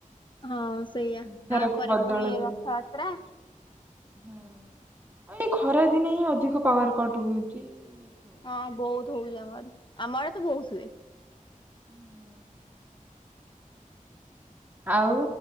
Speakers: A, on the left; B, on the right.
A: ହଁ ସେଇଆ
B: ଉଦ୍ଧାରକୁ
A: ଆ ପରେ
B: ବଦଳ
A: ପୁଣି
B: ଯୋଉ।
A: ରଥଯାତ୍ରା।
B: ହୁଁ ଏ ଖରା ଦିନେ ହିଁ ଅଧିକ ପାୱାର କଟ ହଉଛି। ହୁଁ।
A: ହଁ ବହୁତ ହଉଛି ଆମ ଆଡେ। ଆମ ଆଡେ ତ ବହୁତ ହୁଏ।
B: ହୁଁ। ଆଉ